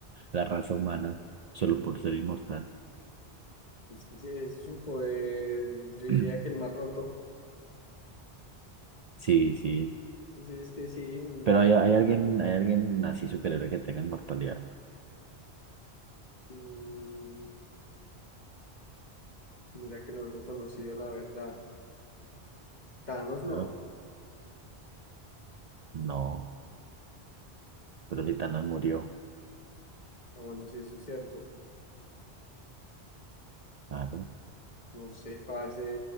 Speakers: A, on the right; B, on the left.
A: la raza humana solo por ser inmortal.
B: Es que sí, eso es un poder, yo diría
A: <clears throat>
B: que el más roto.
A: Sí, sí.
B: Sí, es que sí, Matt.
A: Pero hay, hay alguien, hay alguien así superhéroe que tenga inmortalidad.
B: mm, mira que no lo conocido, la verdad. Thanos no.
A: ¿verdad? No, pero si Thanos murió,
B: Ah, bueno, sí, eso es cierto.
A: claro.
B: No sé, parce,